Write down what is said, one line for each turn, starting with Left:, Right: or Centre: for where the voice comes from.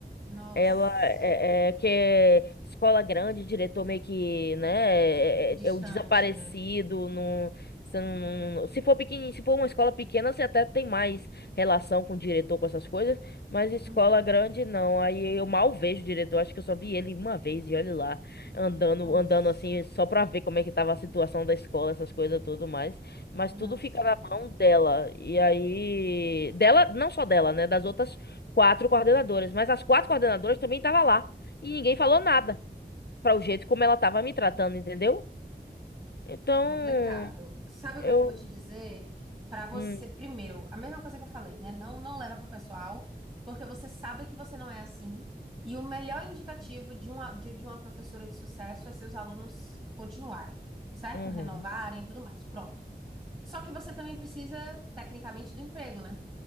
Right: Nossa,
Left: Ela é, é que é escola grande, diretor meio que, né, é,
Right: distante,
Left: é é o desaparecido
Right: né?
Left: no você não- não-
Right: Uhum.
Left: não- se for pequenininho, se for uma escola pequena, você até tem mais relação com o diretor, com essas coisas, mas escola
Right: Uhum.
Left: grande não. Aí eu mal vejo o diretor, acho que eu só vi ele uma vez e olhe lá, andando,
Right: Nossa.
Left: andando assim, só pra ver como é que tava a situação da escola, essas coisas tudo mais. Mas
Right: Nossa.
Left: tudo fica na mão dela. E aí, dela, não só dela, né, das outras Quatro coordenadoras, mas as quatro coordenadoras também estavam lá. E ninguém falou nada para o jeito como ela estava me tratando, entendeu? Então,
Right: Complicado. Sabe
Left: eu.
Right: o que é que eu vou te dizer? Para você,
Left: Hum,
Right: primeiro, a mesma coisa que eu falei, né? Não, não leva pro pessoal, porque você sabe que você não é assim. E o melhor indicativo de uma, de, de uma professora de sucesso é seus alunos continuarem, certo?
Left: uhum.
Right: Renovarem e tudo mais. Pronto. Só que você também precisa, tecnicamente, do emprego, né?